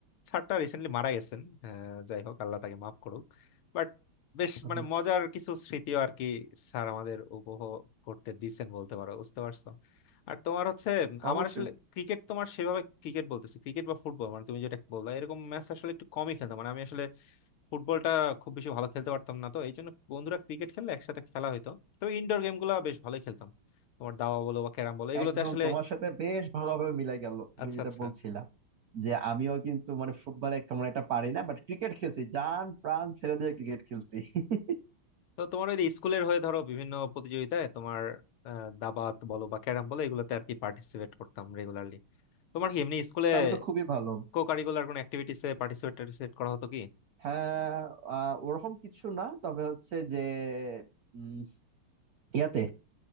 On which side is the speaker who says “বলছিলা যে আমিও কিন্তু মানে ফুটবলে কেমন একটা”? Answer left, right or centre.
Right